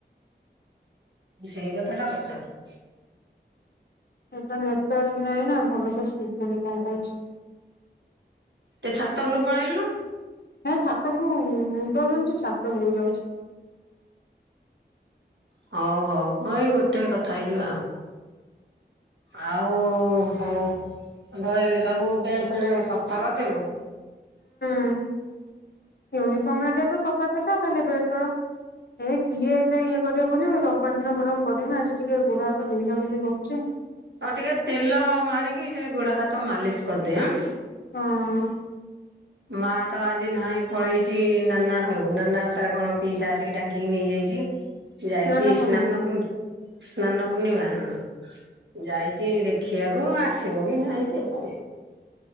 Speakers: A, on the right; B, on the left.
A: ମୁଁ ସେଇ କଥା ଟା ପଚାରୁଚି।
B: ଏ ତ ନେଟୱାର୍କ ନାହିଁ ନା ଭଲ ସେ ଶୁଭୁନି କଣ କହୁଛୁ।
A: ଟିକେ ଛାତ ଉପରୁକୁ ପଳେଇଲୁନୁ।
B: ହେ ଛାତ ଉପରୁକୁ ଉଁ ମୁଣ୍ଡ ବିନ୍ଧୁଚି ଛାତ ଉପରୁକୁ ଯାଉଛି।
A: ହଉ ହଉ ହଁ ଏଇ ଗୋଟେ କଥା ହେଇଯିବା ଆଉ ଆଉ। ହଉ ବଏ ସବୁ ବେଡ ଫେଡେ ସଫା କରିଦେଲୁ?
B: ଉଁ ୟୁନିଫର୍ମ ହେରିକା ତ ସଫା ଥିଲା ଖାଲି ବେଡ ତଳ। ଏ କିଏ ଏତେ ଇଏ କରିବ ବୋଲି ରବିବାର ଦିନ ବରଂ କରିମି ଆଜି ଟିକେ ଗୋଡ଼ ହାତ ବିନ୍ଧା ବିନ୍ଧି କରୁଚି।
A: ଆଉ ଟିକେ ତେଲ ମାରିକି ସେ ଗୋଡ ହାତ ମାଲିସ କରିଦେ ଆଁ।
B: ହଁ।
A: ମା ତ ଆଜି ନାହିଁ ପଳେଇଛି ନାନା ଘରକୁ ନାନା ତାର କଣ ପିଇସା ଆସିକି ଡାକିକି ନେଇଯାଇଛି। ଯାଇଛି
B: ନାନା
A: ସ୍ନାନ
B: ପୂର୍ଣ୍ଣମୀ
A: ପୂନ ସ୍ନାନ ପୂର୍ଣିମା ହଁ ଯାଇଛି ଦେ ଦେଖିଆକୁ ଆସିବ କି ନାହିଁ କେଜାଣି।